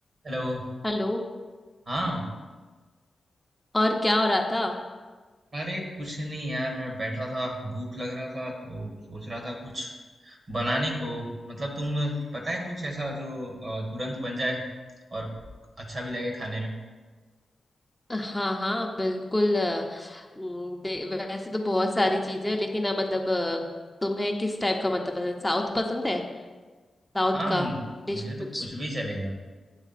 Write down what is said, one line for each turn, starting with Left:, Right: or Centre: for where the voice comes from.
Right: Hello
Centre: Hello
Right: हाँ
Centre: और क्या हो रहा था
Right: अरे कुछ नहीं यार मैं बैठा था भूख लग रहा था तो सोच रहा था कुछ बनाने को मतलब तुम पता है कुछ ऐसा जो अ, तुरंत बन जाए और अच्छा भी लगे खाने में
Centre: हाँ हाँ बिल्कुल अ, उम, दे- वैसे तो बहुत सारी चीजें हैं, लेकिन अ, मतलब अ, तुम्हें किस टाइप का मतलब पसंद साउथ पसंद है साउथ
Right: हाँ
Centre: का
Right: मु-
Centre: डिश
Right: मुझे तो
Centre: कुछ
Right: कुछ भी चलेगा